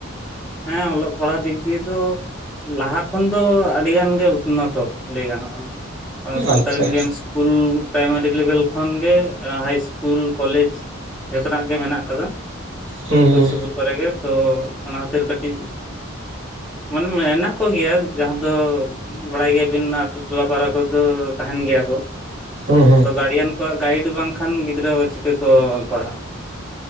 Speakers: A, in the centre; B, on the right (about 70°).
A: ᱦᱮᱸ ᱚᱞᱚᱜ ᱯᱟᱲᱦᱟᱣ, ᱫᱤᱠ ᱫᱤᱭᱮ ᱫᱚ ᱞᱟᱦᱟ ᱠᱷᱚᱱ ᱫᱚ ᱟᱹᱰᱤ ᱜᱟᱱ ᱜᱮ ᱩᱱᱱᱚᱛᱚ ᱞᱟᱹᱭ ᱜᱟᱱᱚᱜᱼᱟ, ᱠᱟᱨᱚᱱ ᱥᱟᱱᱛᱟᱞᱤ
B: ᱟᱪᱪᱷᱟ
A: ᱢᱤᱰᱤᱭᱟᱢ᱾ ᱥᱠᱩᱞ ᱯᱨᱟᱭᱢᱟᱨᱤ ᱞᱮᱵᱮᱞ ᱠᱷᱚᱱ ᱜᱮ, ᱦᱟᱭ ᱤᱥᱠᱩᱞ ᱠᱚᱞᱮᱡᱽ᱾ ᱡᱚᱛᱚᱱᱟᱜ ᱜᱮ ᱢᱮᱱᱟᱜ ᱠᱟᱫᱟ,
B: ᱦᱩᱸ
A: ᱥᱩᱨ
B: ᱦᱩᱸ
A: ᱥᱩᱯᱩᱨ ᱠᱚᱨᱮ ᱜᱮ ᱛᱚ ᱚᱱᱟ ᱠᱷᱟᱹᱛᱤᱨ ᱠᱟᱹᱴᱤᱡ, ᱢᱟᱱᱮ ᱢᱮᱱᱟᱜ ᱠᱚᱜᱮᱭᱟ, ᱡᱟᱦᱟᱱ ᱛᱚ ᱵᱟᱲᱟᱭ ᱜᱮᱭᱟᱵᱤᱱ, ᱟᱛᱳ ᱴᱚᱞᱟ ᱯᱟᱲᱟ ᱠᱚᱨᱮ ᱫᱚ, ᱛᱟᱦᱮᱸᱱ ᱜᱮᱭᱟ ᱠᱚ᱾
B: ᱦᱩᱸ ᱦᱩᱸ
A: ᱟᱫᱚ ᱜᱟᱨᱡᱮᱱ ᱠᱚᱣᱟᱜ ᱜᱟᱭᱤᱰ ᱵᱟᱝᱠᱷᱟᱱ ᱜᱤᱫᱽᱨᱟᱹ ᱫᱚ, ᱪᱤᱠᱟᱹ ᱠᱚ ᱚᱞ ᱯᱟᱲᱦᱟᱜ᱾